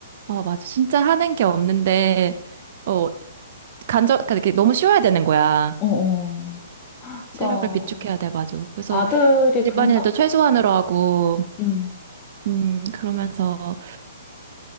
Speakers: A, on the right (about 45°); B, on the left (about 25°).
A: 어, 맞아. 진짜 하는 게 없는데, 어, 간절, 그러니까 이렇게 너무 쉬워야 되는 거야.
B: 어, 어. 그러니까
A: 체력을 비축해야 돼, 맞아. 그래서
B: 아들이
A: 집안일도
B: 그런가 보다.
A: 최소한으로 하고,
B: 음.
A: 음, 그러면서